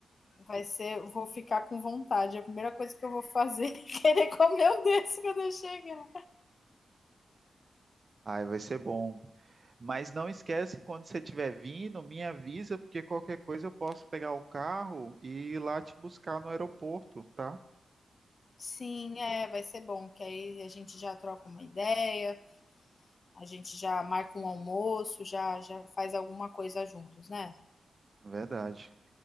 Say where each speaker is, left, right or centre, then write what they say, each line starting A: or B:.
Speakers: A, on the left (about 55°); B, on the right (about 45°).
A: Vai ser, vou ficar com vontade. É A primeira coisa que eu vou fazer <laughs> é querer comer um desse quando eu chegar.
B: Ai, vai ser bom. Mas não esquece, quando você estiver vindo, me avisa, porque qualquer coisa eu posso pegar o carro e ir lá te buscar no aeroporto, tá?
A: Sim, é, vai ser bom, que aí a gente já troca uma ideia, a gente já marca um almoço, já, já faz alguma coisa juntos, né?
B: Verdade.